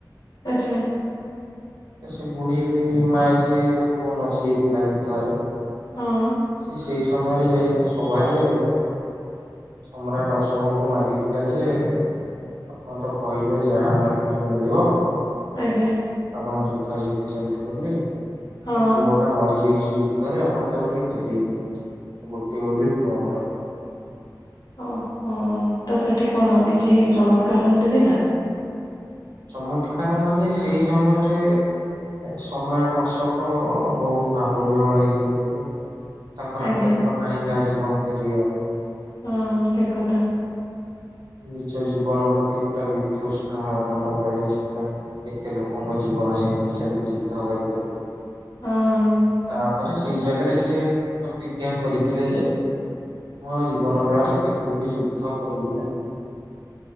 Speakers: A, on the left; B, on the right.
A: ଆଛା
B: ସେ ବୁଢୀ ମା ଯିଏ ତା ପୁଅ ମରି ଯାଇଥିଲା ଯୁଦ୍ଧରେ।
A: ହଁ
B: ସେ ସେଇ ସମୟରେ ଯାଇକି ସଭାରେ ସମ୍ରାଟ ଅଶୋକଙ୍କୁ ମାଗିଥିଲା ଯେ ଆପଣ ତ କହିଲେ ଯାହା ମାଗିଲେ ମିଳିବ।
A: ଆଜ୍ଞା
B: ଆପଣ ଯୁଦ୍ଧ ଜିତି ଚନ୍ତି ବୋଲି
A: ହଁ।
B: ମୋ ପୁଅ ନା ମରିଯାଇଛି ଯୁଦ୍ଧରେ ଆପଣ ତାକୁ ଟିକେ ଫେରଇ ଦିଅନ୍ତୁ ଗୋଟଏ ବୋଲି ପୁଅ ମୋର।
A: ଓ ହୋ ତ ସେଠି କଣ କିଛି ଚମତ୍କାର ଘଟିଥିଲା?
B: ଚମତ୍କାର ମାନେ ସେଇ ସମୟରେ ସମ୍ରାଟ ଅଶୋକ ବୋହୁତ ଭାବ ବିହଳ ହେଇଯାଇଥିଲେ। ତାଙ୍କ
A: ଆଜ୍ଞା
B: ହାତରେ ତ ନାହିଁ କାହି ଜୀବନ ଫେରିବା।
A: ହଁ ଠିକ୍ କଥା।
B: ନିଜ ଜୀବନ ପ୍ରତି ପୁରା ବିତୃଷ୍ଣା ଭାବ ତାଙ୍କର ପଳେଇ ଆସିଥିଲା। ଏତେ ଲୋକଙ୍କ ଜୀବନ ସେ ନେଇଛନ୍ତି ଯୁଦ୍ଧ କରି କରି
A: ହଁ।
B: ତାପରେ ସେଇ ଜାଗାରେ ସେ ପ୍ରତିଜ୍ଞା କରିଥିଲେ ଯେ ମୁଁ ଆଉ ଜୀବନ କେଳରେ କେବେ ବି ଯୁଦ୍ଧ କରିବି ନାହିଁ।